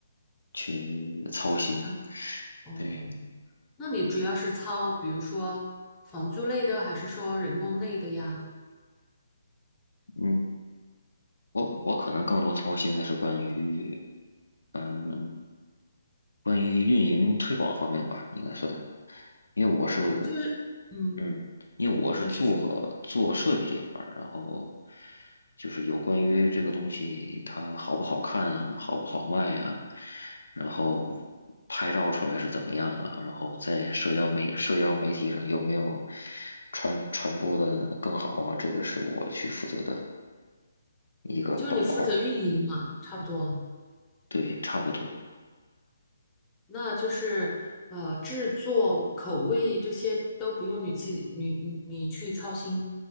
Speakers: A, on the left (about 85°); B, on the left (about 20°).
A: 去操心。
B: 参哦，
A: 对，
B: 那你主要是操，比如说房租类的，还是说人工类的呀？
A: 嗯，我我可能更多操心的是关于嗯关于运营推广方面吧，应该算，因为我是
B: 推广就是，嗯，
A: 嗯，因为我是做做设计这一块儿，
B: 你是
A: 然后就是有关于这个东西它好不好看啊，好不好卖啊，然后拍照出来是怎么样啊，然后在社交媒社交媒体上有没有传传播的更好啊，这个是我去负责的一个板块儿，
B: 就是你负责运营嘛，差不多。
A: 对，差不多。
B: 那就是呃，制作口味这些都不用你去你你去操心。